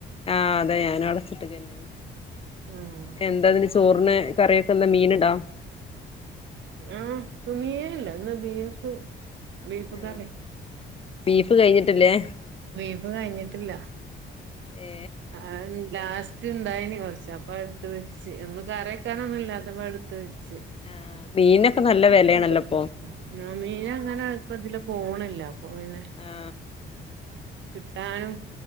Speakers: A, on the left; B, on the right.
A: ആ അതെ ഞാനവടെ ട്ട് കന്നേണ്
B: ഉം
A: എന്തതിന് ച് ചോർന് കറിഒക്കെന്താ മി മീന്ണ്ടോ
B: ആഹ് മീനില്ല ഇന്ന് ബീഫ് ബീഫ്
A: ആ
B: കറി
A: ബീഫ് കൈഞ്ഞിട്ടില്ലേ
B: ബീഫ് കൈഞ്ഞിട്ടില്ല
A: ഏ
B: അഹ് ലാസ്‌റ്റ് ഇണ്ടായിനി കൊർ ച പ്പഹ് എട്ത് വെച്ച് ഒന്നു കറിയെക്കാനൊന്നുല്ലാത്തപ്പ അഹ് എട്ത്ത് വെച്ച്
A: ആ മീനൊക്കെ നല്ല വെലയാണല്ലോ
B: ച്ച്
A: ഇപ്പൊ
B: ആഹ് മീനങ്ങനെപ്പതിലെ പോണില്ലപ്പോ പിന്നെ
A: ആ
B: ക് ട്ടാനും